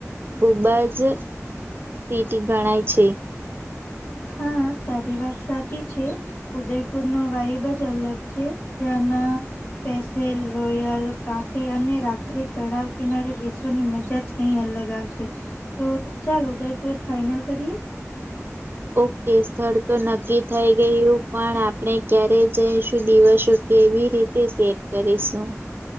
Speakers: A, on the right; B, on the left.
A: ખૂબા જ સિટી ગણાય છે
B: હા તારી વાત સાચી છે ઉદયપુર નો વાહબ જ અલગ છે ત્યાંના પેસેલ રોયલ કાફે અને રાત્રે તળાવ કિનારે બેસવાની મજા જ કઈ અલગ અલગ આવશે તો ચાલ ઉદયપુર ફાઈનલ કરીએ
A: ઓકે સ્થળ તો નક્કી થઈ ગયું પણ આપણે ક્યારે જઈશું દિવસો કેવી રીતે સેટ કરીશું